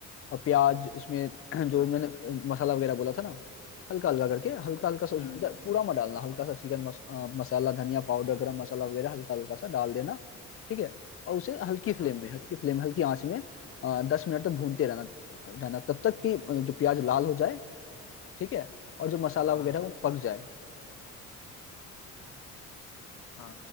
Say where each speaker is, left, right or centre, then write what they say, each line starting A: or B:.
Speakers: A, on the left; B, on the left.
A: और प्याज उसमें <clears throat> जो
B: हाँ
A: मैंने मसाला वगैरह बोला था ना हल्का हल्का करके हल्का हल्का सा उस-
B: हम्म
A: जा- पूरा मत डालना हल्का सा चिकन मस, अ, मसाला धनिया पाउडर गरम मसाला वगैरह हल्का हल्का सा डाल देना ठीक है और उसे हल्की फ्लेम
B: हाँ
A: में हल्की फ्लेम हल्की आंच में आ, दस मिनट तक भूनते रहना रहना तब तक कि अ, जो प्याज लाल हो जाए ठीक है और जो मसाला
B: हाँ
A: वगैरह वो पक जाए
B: हाँ